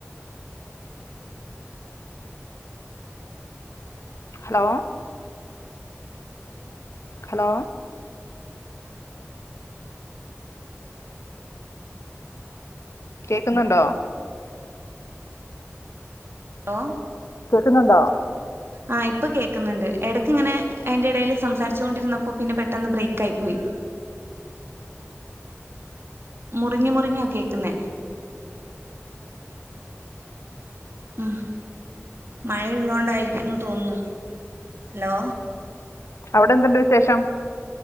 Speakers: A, on the left; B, on the right.
A: ഹലോ ഹലോ കേക്കുന്നുണ്ടോ
B: ഓ
A: ക്കുന്നുണ്ടോ
B: ആ ഇപ്പൊ കേൾക്കുന്നുണ്ട് ഇടക്ക് ഇങ്ങനെ അതിന്റെ ഇടയിൽ സംസാരിച്ചു കൊണ്ടിരുന്നപ്പോ പിന്നെ പെട്ടന്ന് ബ്രേക്ക് ആയി പോയി മുറിഞ്ഞ് മുറിഞ്ഞാ കേക്കുന്നേ ഉം മഴയുള്ളുണ്ടായിരിക്കും ന്ന് തോന്നുന്നു ഹലോ
A: അവിടെ എന്ത്ണ്ട് വിശേഷം